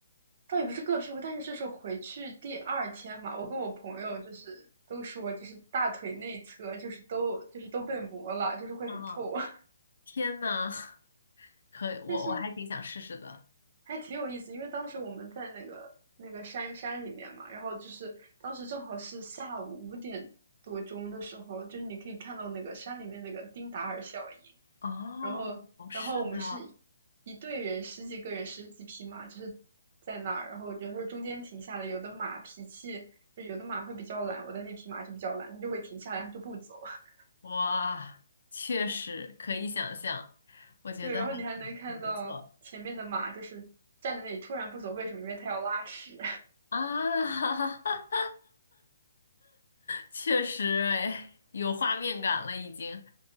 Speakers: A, on the right (about 30°); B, on the left (about 65°).
A: 倒也不是各屁股，但是就是回去第二天嘛，我跟我朋友就是都说，就是大腿内侧就是都就是都被磨了，就是会很痛。
B: 啊，
A: <laughs>
B: 天呐，<laughs> 可以，我我还挺想试试的。
A: 但是还挺有意思，因为当时我们在那个那个山山里面嘛，然后就是当时正好是下午五点多钟的时候，就是你可以看到那个山里面那个丁达尔效应，
B: 哦，
A: 然后然后我们是一一队人十几个人十几匹马，
B: 是的。
A: 就是在那儿，然后有时候中间停下来，有的马脾气就有的马会比较懒，我的那匹马就比较懒，它就会停下来，它就不走。<laughs>
B: 哇，确实可以想象，我觉得还挺挺不错
A: 对，然后你还能看到前面的马就是站在那里突然不走，为什么？因为它要拉屎。
B: 啊，<laughs> 确实，哎，有画面感了已经。